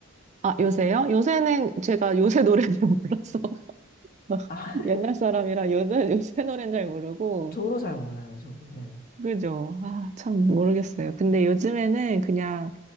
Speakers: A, on the right; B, on the left.
A: 아, 요새요? 요새는 제가 요새 노래를 <laughs> 몰라서. <laughs>
B: 아, <laughs>
A: 옛날 사람이라 요새, 요새 노래는 잘 모르고.
B: 저도 잘 몰라요, 저도. 네.
A: 그죠? 아, 참 모르겠어요. 근데 요즘에는 그냥